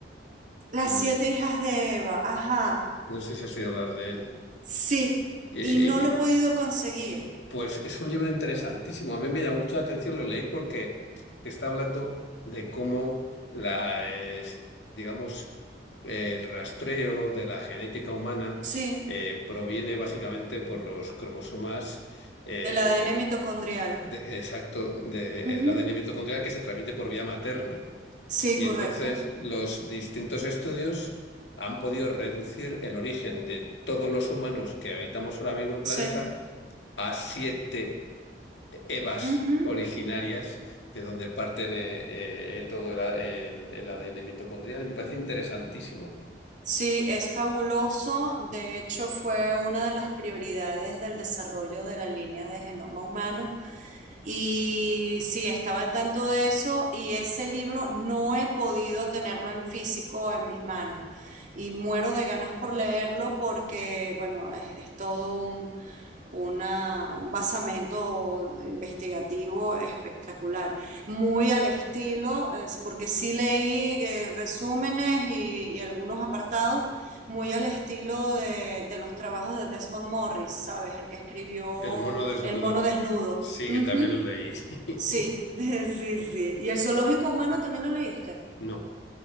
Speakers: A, on the right (about 45°); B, on the left (about 85°).
A: las siete
B: No sé,
A: hijas de Eva, ajá,
B: no sé si has oído hablar de él.
A: sí.
B: Eh, eh,
A: Y no lo
B: eh,
A: he podido conseguir.
B: Pues es un libro interesantísimo. A mí me llamó mucho la atención, lo leí porque te está hablando de cómo la, eh, digamos, el rastreo de la genética humana
A: Sí,
B: eh, proviene básicamente por los cromosomas eh,
A: el ADN mitocondrial.
B: de- exacto del
A: Ujú,
B: ADN mitocondrial que se transmite por vía materna.
A: Sí,
B: Y
A: correcto.
B: entonces los distintos estudios han podido reducir el origen de todos los humanos que habitamos ahora mismo el planeta
A: Sí.
B: a siete evas
A: ujú.
B: originarias de donde parten eh, eh, todo el, a- el- el ADN mitocondrial. Y me parece interesantísimo.
A: Sí, es fabuloso. De hecho, fue una de las prioridades del desarrollo de la línea de genoma humano. Y sí, estaba al tanto de eso y ese libro no he podido tenerlo en físico en mis manos. Y muero de ganas por leerlo porque, bueno, es, es todo una, un basamento investigativo espectacular, muy al estilo, es porque sí leí eh, resúmenes y, y algunos apartados, muy al estilo de, de los trabajos de Desmond Morris, ¿sabes? El que escribió
B: El mono desnudo,
A: El mono desnudo.
B: sí,
A: Ujú,
B: que también lo leí. <laughs>
A: Sí, <laughs> sí, sí. ¿Y el zoológico humano también lo leíste?
B: No,